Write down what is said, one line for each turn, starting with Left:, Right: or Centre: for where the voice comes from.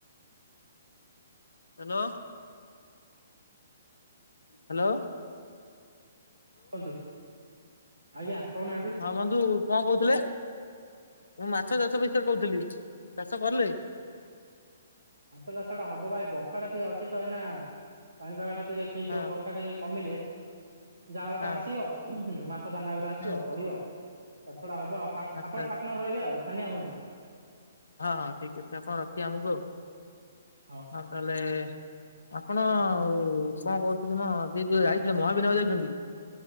Left: Hello hello.
Right: କନ୍ତୁ ଆଜ୍ଞା କହୁନାହାନ୍ତି?
Left: ହଁ ବନ୍ଧୁ କଁ କହୁଥିଲେ ମୁଁ ମାଛ ଚାଷ ବିଷୟରେ କହୁଥିଲି ଚାଷ କଲେ?
Right: ମାଛ ଚାଷଟା ହବପା ଏ ବର୍ଷାଟା ଟିକେ ଅଛି ତ ଏଇନା ପାଣିପାଗ ଟା ଟିକେ ଠିକ୍
Left: ହଁ
Right: ହେଉ ବର୍ଷା ଟିକେ କମିଲେ ଜାଆଁଳ ଟା
Left: ହଁ
Right: ଆସିବ ମାଛ ଦାନା ଉରା ଆସିବ
Left: ହୁଁ
Right: ପଡିବ ମାଛ ଚାଷଟା ହବ ଆଉ ପା
Left: ଆଚ୍ଛା
Right: ଆପଣ ପାଟନର ରହିବେ ଆଉ ଛାନିଆ ହୁଅନ୍ତୁନି।
Left: ହଁ ହଁ ଠିକ ଚିତାପ ରଖିବେ ଆମକୁ ଆଉ।
Right: ହଁ।
Left: ଆଉ ତାହେଲେ ଆପଣ କଁ କହୁଥିଲି ମ ଯେ ଯଉ ଯାଇଥିଲେ ମହାବିନାୟ ଯାଇଛନ୍ତି?